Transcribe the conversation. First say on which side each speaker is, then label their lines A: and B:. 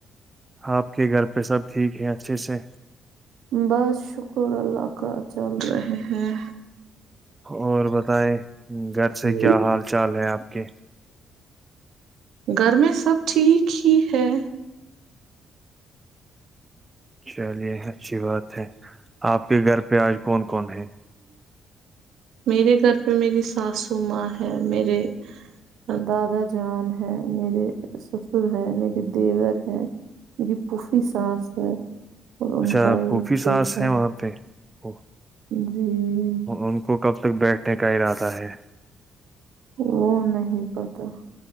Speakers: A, on the right; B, on the right.
A: آپ کے گھر پہ سب ٹھیک ہیں اچھے سے
B: بس شکر اللہ کا چل رہے ہیں
A: اور بتائے گھر سے
B: ہوں
A: کیا حال چال ہے آپ کے
B: گھر میں سب ٹھیک ہی ہے
A: چلیے اچھی بات ہے آپ کے گھر پہ آج کون کون ہے
B: میرے گھر پہ میری ساسو ماں ہے میرے دادا جان ہے میرے سسر ہے میرے دیور ہے میری پوفی ساس ہے اور
A: اچھا
B: ان کا ایک
A: پوفی ساس
B: بیٹا
A: ہے وہاں پہ وہ
B: جی
A: ان کو کب تک بیٹھ نے کا ارادہ ہے
B: وہ نہیں پتا